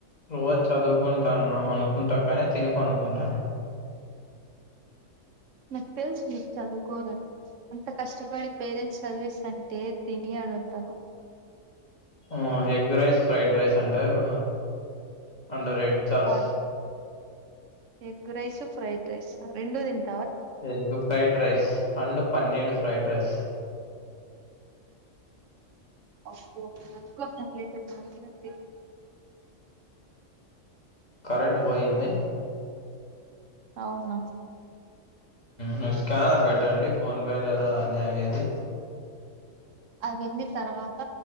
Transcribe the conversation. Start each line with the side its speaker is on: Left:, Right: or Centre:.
Left: రోజు చదువుకుంటాన్నా అనుకుంటా కానీ తిని పడనుకుంటా అనుకుంటాను
Right: నాకు తెలుసు మీకు చదువుకోదని అంత కష్టపడి పేరెంట్స్ చదివిస్తుంటేయ్ అంటే తిన అడుంటాను
Left: మ్ ఎగ్ రైస్ ఫ్రైడ్ రైస్ అంటా ఇప్పుడు అండర్ ఎడ్ చస్
Right: బాగుంటా ఎగ్ రైస్ ఫ్రైడ్ రైస్ రెండూ తంట
Left: ఎ ఫ్రైడ్ రైస్ రం పన్నీడు ఫ్రైడ్ రైస్
Right: అబ్బకులేయితే మకి
Left: కరెంట్ పొఇంది
Right: అవునా
Left: నువ్ స్కానర్ పెట్టండి ఫోన్పే లేదా అన్నీ అవిది
Right: అవీ తర్వాత